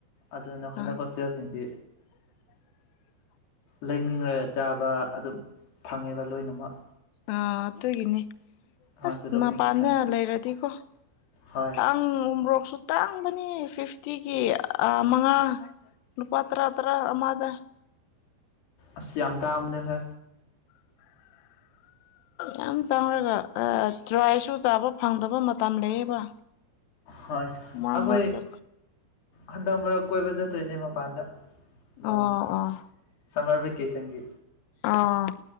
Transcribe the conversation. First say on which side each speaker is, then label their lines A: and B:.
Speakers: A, on the left; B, on the left.
A: ꯑꯗꯨꯅ ꯍꯟꯈꯛ
B: ꯑꯥ
A: ꯍꯣꯁꯇꯦꯜꯁꯤꯡꯗꯤ
B: <unintelligible>
A: ꯂꯩꯅꯤꯡꯉꯒ ꯆꯥꯕ ꯑꯗꯨꯝ ꯐꯪꯉꯦꯕ ꯂꯣꯏꯅꯃꯛ
B: ꯑ ꯑꯗꯨꯒꯤꯅꯤ
A: ꯍꯣꯏ
B: ꯑꯁ
A: ꯊꯣꯏꯗꯣꯛꯅꯗꯤ
B: ꯃꯄꯥꯟꯗ
A: ꯈꯟꯗꯦ
B: ꯂꯩꯔꯗꯤꯀꯣ
A: ꯍꯣꯏ
B: ꯇꯥꯡ ꯎꯃꯨꯔꯣꯛꯁꯨ ꯇꯥꯡꯕꯅꯤ ꯐꯤꯞꯇꯤꯒꯤ ꯃꯉꯥ ꯂꯨꯄꯥ ꯇꯔꯥ ꯇꯔꯥ ꯑꯃꯗ
A: ꯑꯁ ꯌꯥꯝ ꯇꯡꯕꯅꯦꯍꯦ
B: ꯌꯥꯝ ꯇꯥꯡꯉꯒ ꯗ꯭ꯔꯥꯏꯁꯨ ꯆꯥꯕ ꯐꯪꯗꯕ ꯃꯇꯝ ꯂꯩꯌꯦꯕ
A: ꯍꯣꯏ
B: ꯃꯔꯛ
A: ꯑꯩꯈꯣꯏ
B: ꯃꯔꯛꯇ
A: ꯍꯟꯗꯛ ꯃꯔꯛ ꯀꯣꯏꯕ ꯆꯠꯇꯣꯏꯅꯦ ꯃꯄꯥꯟꯗ ꯃꯄꯥꯟꯂꯝꯗ
B: ꯑꯣ ꯑꯣ
A: ꯁꯝꯃꯔ ꯕꯦꯀꯦꯁꯟꯒꯤ
B: ꯑꯣ